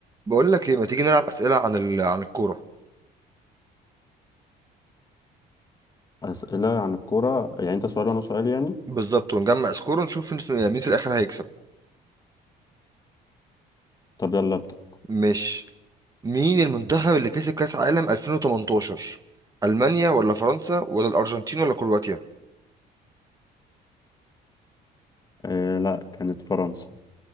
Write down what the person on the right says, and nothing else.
بقول لك ايه ما تيجي نلعب اسئله عن ال... عن الكوره
بالظبط ونجمع سكور ونشوف نس- مين في الاخر هيكسب
مش مين المنتخب اللي كسب كاس عالم 2018 المانيا ولا فرنسا ولا الارجنتين ولا كرواتيا